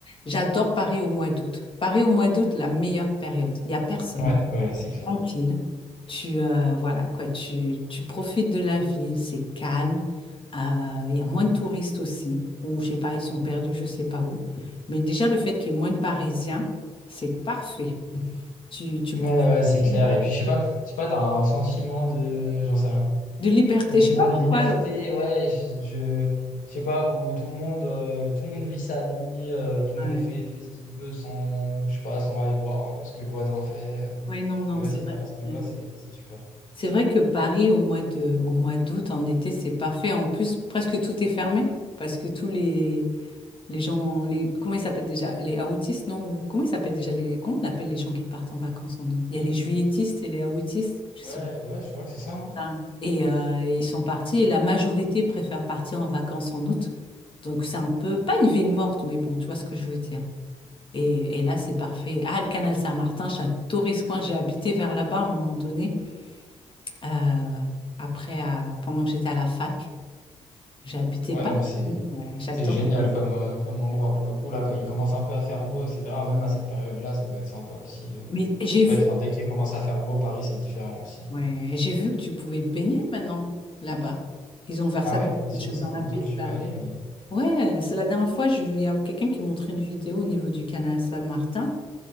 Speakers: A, on the left; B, on the left.
A: J'adore Paris au mois d'août. Paris au mois d'août, la meilleure période. Il n'y a personne.
B: Ouais, ouais, c'est
A: C'est
B: clair.
A: Tranquille. Tu, euh, voilà, quoi. Tu, tu profites de la ville. C'est calme. Euh, Il y a moins de touristes aussi. Ou, je sais pas, ils sont perdus, je sais pas où. Mais déjà, le fait qu'il y ait moins de Parisiens, c'est parfait. Tu, tu
B: Ouais,
A: profites.
B: ouais, c'est clair.
A: de
B: Et puis je sais
A: tout.
B: pas, je sais pas, t'as un sentiment de, j'en sais rien,
A: De liberté,
B: sentiment
A: je sais pas pourquoi.
B: de liberté.
A: euh, Ouais,
B: Ouais, je, je, je sais pas où tout le monde, euh, tout le monde vit sa vie, euh, tout le
A: ouais.
B: monde fait fait ce qu'il veut sans, je sais pas, sans aller voir euh, ce que le voisin fait. Euh,
A: Ouais, non, non,
B: Et ouais,
A: c'est
B: c'est
A: vrai.
B: clair à ce niveau-là,
A: Ouais.
B: c'est c'est super.
A: C'est vrai que Paris, au mois de, au mois d'août, en été, c'est parfait. En plus, presque tout est fermé parce que tous les, les gens, les, comment ils s'appellent déjà? Les aoûtistes, non? ou Comment ils s'appellent déjà les, comment on appelle les gens qui partent en vacances en août? Il y a les juilletistes et les aoûtistes, je
B: Ouais,
A: sais
B: ouais, je crois que c'est ça. hein.
A: pas. Et euh, ils sont partis et la majorité préfère partir en vacances en août. Donc, c'est un peu, pas une ville morte, mais bon, tu vois ce que je veux dire. Et, et là, c'est parfait. Ah, le canal Saint-Martin, j'adorais ce coin. J'ai habité vers là-bas à un moment donné. Euh, après, à- pendant que j'étais à la fac, j'ai habité
B: Ouais,
A: pas.
B: non, mais c'est
A: Ouais, j'adore.
B: c'est génial comme, euh, comme endroit
A: Ouais.
B: pour le coup. Là, quand il commence un peu à faire beau, etc., même à cette période-là, ça doit être sympa aussi. euh.
A: Mais j'ai vu,
B: En fait, enfin, dès qu'il commence à faire beau, Paris, c'est différent aussi.
A: ouais, j'ai vu que tu pouvais baigner maintenant là-bas. Ils ont ouvert
B: Ah
A: ça
B: ouais?
A: depuis
B: Ah,
A: les
B: c'est
A: Jeux
B: vrai, ça
A: Olympiques,
B: fait longtemps que je suis
A: là.
B: pas allé, mais.
A: Ouais, c'est la dernière fois, je- il y a quelqu'un qui montrait une vidéo au niveau du canal Saint-Martin.